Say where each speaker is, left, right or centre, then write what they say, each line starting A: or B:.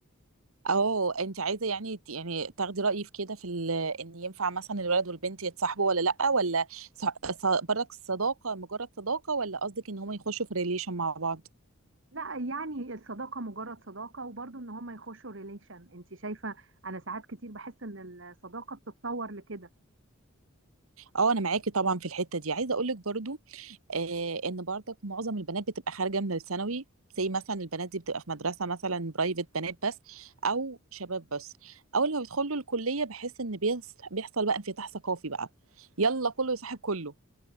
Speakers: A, on the right (about 80°); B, on the right (about 60°).
A: اه انت عايزة يعني ت- يعني تاخدي رأيي في كده في ال- ان ينفع مثلا الولد والبنت يتصاحبوا ولا لأ ولا ص- ص- برك الصداقة مجرد صداقة ولا قصدك ان هم يخشوا في ريليشن مع بعض
B: لا يعني الصداقه مجرد صداقه وبرضه ان هما يخشوا ريليشن انت شايفه انا ساعات كتير بحس ان الصداقه بتتطور لكده
A: اه انا معاكي طبعا في الحتة دي عايزة اقولك برضو آه ان برضك معظم البنات بتبقى خارجة من الثانوي زي مثلا البنات دي بتبقى في مدرسة مثلا برايفت بنات بس او شباب بس اول ما بيدخلوا الكلية بحس ان بيص- بيحصل بقى انفتاح ثقافي بقى يلا كله يصاحب كله